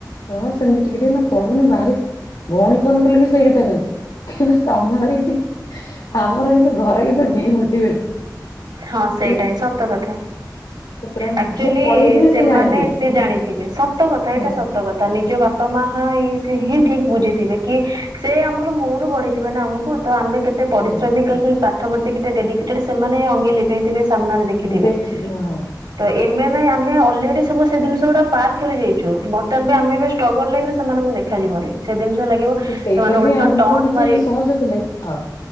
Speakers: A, on the left (about 85°); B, on the right (about 80°).
A: ପଢ ସେମିତି ଟିକେ ଟିକେ ନା ପଢୁନୁ ବାହାରିବ ଭଉଣୀ ଫୋନ କଲେ ବି ସେଇ କଥା କହିବ କିନ୍ତୁ ତମର ଏଇଠି ଆମର କିନ୍ତୁ ଘରେ କିନ୍ତୁ ଡିମୋଟିଭେଟ।
B: ହଁ ସେଇଟା
A: ହେଲା
B: ହିଁ ସତ କଥା।
A: ପୁତୁରା
B: ଆକ୍ଚୁଆଲି
A: ନିଜେ ପଢେଇଥିବେ
B: ସେମାନେ
A: ସେ ଜାଣିଥିବେ
B: ସେ ଜାଣିଥିବେ ସତ କଥା
A: ହୁଁ।
B: ଏଇଟା ସତ କଥା ନିଜ ବାପା ମା ହିଁ ଠିକ ବୁଝିଥିବେ କି ସେ ଆମର ମୂଳରୁ ଗଢିଥିବେ ନା ଆମକୁ। ତ ଆମେ କେତେ ପରିଶ୍ରମିକ
A: ହୁଁ
B: କି ପାଠ ପର୍ତ୍ତି କେତେ ଡେଡିକେଟେଡ୍ ସେମାନେ ଅଙ୍ଗେ ଲିଭେଇଥିବେ ସାମ୍ନାରେ ଦେଖି ଖିଥିବେ।
A: ଦେଖିଥିବେ ହଁ
B: ତ ଏମେ ନାଇଁ ଆମେ ଅଲରେଡି ସବୁ ସେ ଜିନିଷ ଗୁଟା ପାର୍କ ପ ଯାଇଛୁ ବର୍ତ୍ତମାନ ପାଇଁ ଆମେ ବି ଷ୍ଟ୍ରଗଲ୍ ଲାଇଫ ରେ ସେମାନଙ୍କୁ ଦେଖାଯିବନି ସେ ଜିନିଷ ଲାଗିବ
A: ତ
B: ସେମାନେ
A: ସେଇଟା ବି
B: ଉଲଟ
A: ଆମକୁ
B: ଟନ
A: କିଛି
B: ମାରେ
A: ସହଜ ଥିଲା କି ହଁ